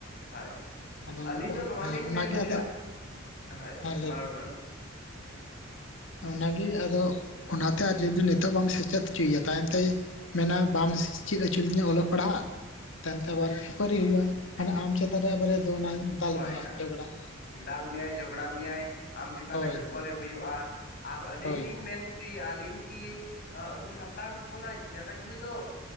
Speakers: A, on the left; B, on the left.
A: ᱦᱳᱭ
B: ᱟᱫᱚ
A: ᱟᱹᱞᱤᱧ ᱫᱚ ᱱᱚᱣᱟ
B: ᱦᱮᱸ
A: ᱞᱤᱧ
B: ᱚᱱᱟᱜᱮ
A: ᱢᱮᱱ ᱠᱮᱭᱟ
B: ᱟᱫᱚ
A: ᱦᱳᱭ
B: ᱦᱮᱸ
A: ᱢᱟ
B: ᱞᱟᱹᱭ
A: ᱨᱚᱲ ᱵᱮᱱ᱾
B: ᱚᱱᱟᱜᱮ ᱟᱫᱚ ᱚᱱᱟᱛᱮ ᱡᱩᱫᱤ ᱱᱤᱛᱚᱜ ᱵᱟᱢ ᱥᱮᱪ ᱪᱮᱫ ᱦᱚᱪᱚᱭᱮᱭᱟ ᱛᱟᱭᱚᱢᱛᱮ ᱢᱮᱱᱟ ᱵᱟᱢ ᱪᱮᱫ ᱦᱚᱪᱚ ᱞᱤᱧᱟ ᱚᱞᱚᱜ ᱯᱟᱲᱦᱟᱜ᱾ ᱛᱟᱭᱚᱢᱛᱮ ᱟᱵᱟᱨ ᱠᱷᱟᱹᱯᱟᱹᱨᱤ ᱦᱩᱭᱩᱜᱼᱟ ᱢᱟᱱᱮ ᱟᱢ ᱪᱮᱛᱟᱱ ᱨᱮ ᱟᱵᱟᱨᱮ ᱫᱚᱱᱟᱭ ᱫᱟᱞ
A: ᱦᱳᱭ
B: ᱢᱮᱭᱟᱭ
A: ᱦᱳᱭ
B: ᱡᱷᱚᱜᱽᱲᱟᱜ᱾
A: ᱫᱟᱞ ᱢᱮᱭᱟᱭ ᱡᱷᱚᱜᱽᱲᱟ ᱢᱮᱭᱟᱭ ᱟᱢ ᱪᱮᱛᱟᱱ
B: ᱦᱳᱭ
A: ᱨᱮ ᱠᱷᱟᱹᱯᱟᱹᱨᱤ
B: ᱦᱳᱭ
A: ᱦᱩᱭᱩᱜᱼᱟ ᱟᱨ ᱟᱹᱞᱤᱧ
B: ᱦᱳᱭ
A: ᱞᱤᱧ ᱢᱮᱱ ᱦᱚᱪᱚᱭᱮᱫᱼᱟ ᱞᱤᱧ ᱠᱤ ᱟᱵᱚ ᱥᱟᱱᱛᱟᱲ ᱦᱚᱯᱚᱱᱟᱜ ᱡᱟᱭᱜᱟ ᱡᱩᱢᱤ ᱫᱚ